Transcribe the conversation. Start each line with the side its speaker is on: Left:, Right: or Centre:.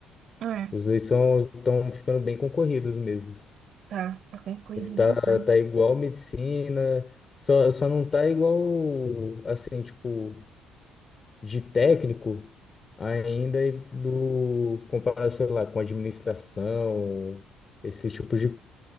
Right: É.
Left: Os dois são, estão ficando bem concorridos mesmos.
Right: Tá, tá concorrido demais.
Left: Tá, tá igual medicina, só, só não tá igual, assim, tipo, de técnico ainda e do comparação, sei lá, com administração, esse tipo de